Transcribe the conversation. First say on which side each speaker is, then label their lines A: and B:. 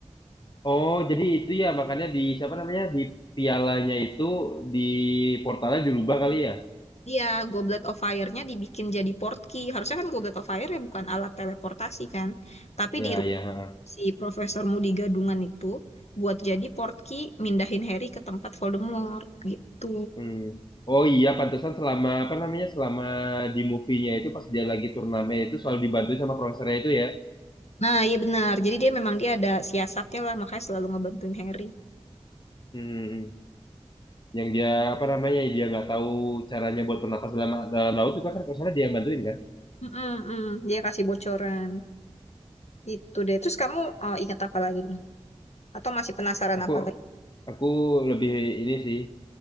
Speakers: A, on the left; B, on the left.
A: Oh jadi itu ya makanya di siapa namanya di pialanya itu di portalnya dirubah kali ya?
B: Iya, Goblet of Fire-nya dibikin jadi portkey. Harusnya kan Goblet of Fire ya bukan alat teleportasi kan. Tapi
A: Ya
B: di rumah
A: ya. ha.
B: si Profesor Moody Gadungan itu buat jadi portkey mindahin Harry ke tempat Voldemort gitu.
A: Hmm. Oh iya, pantesan selama apa namanya selama di movie-nya itu pas dia lagi turnamen itu selalu dibantu sama profesornya itu ya.
B: Nah, iya benar. Jadi dia memang dia ada siasatnya lah, makanya selalu ngebantuin Harry.
A: Hmm. Yang dia apa namanya dia nggak tahu caranya buat bernapas dalam dalam laut juga kan kalau salah dia yang bantuin kan.
B: Mm-mm-mm. Dia kasih bocoran. Gitu deh. Terus kamu eh, ingat apa lagi nih? Atau masih penasaran
A: Aku
B: apa
A: aku lebih ini sih